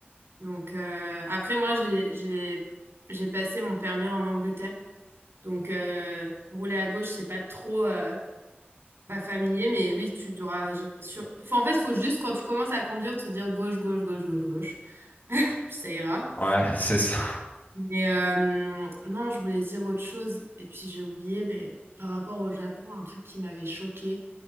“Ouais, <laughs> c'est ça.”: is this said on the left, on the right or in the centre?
Left